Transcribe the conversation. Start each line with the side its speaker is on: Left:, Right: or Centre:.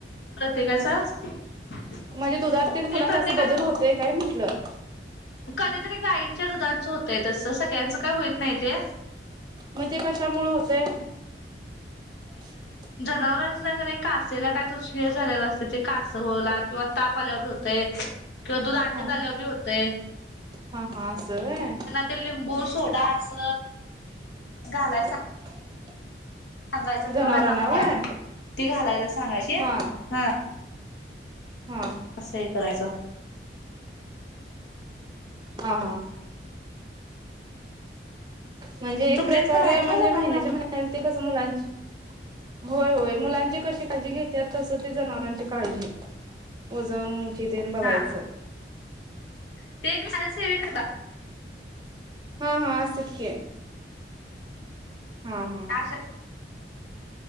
Left: प्रत्येकाचा ते
Right: म्हणजे दुधात तेन कुणाच्या
Left: प्रत्येकाच
Right: असं बदल होतय काय म्हटलं
Left: कधीतरी गायींच्या दुधांचं होतय तसं सगळ्यांचं काय होत नाहीते
Right: मग तेे कशा मुळ होतेय <inaudible>
Left: जनावरांच्या घडे कासेला काय तो शेळ झालेला असते ते कासं होला किंवा ताप आल्या बी होते किंवा दूध आटत
Right: हा
Left: आल्या बी होते
Right: हा हा अस व्हय
Left: ते लिंबू सोडा अस घालायच
Right: <inaudible>
Left: सांगायचं
Right: जनावरांना
Left: किंवा
Right: व्हय
Left: ती घालायला सांगायची
Right: हा
Left: हा
Right: हा
Left: अससं हे करायचं
Right: हा हा म्हणजे एक
Left: तुमचीत
Right: प्रकारे
Left: पण आहेत
Right: म्हणजे
Left: ना जनावर
Right: महिन्याच्या महिन्या ते कसं मुलांची होय होय मुलांची कशी काळजी घेतात तसं ते जनावरांची काळजी वजन उंची तीन बघायचं
Left: हा <inaudible>
Right: हा हा असत्यात की हा हा
Left: कस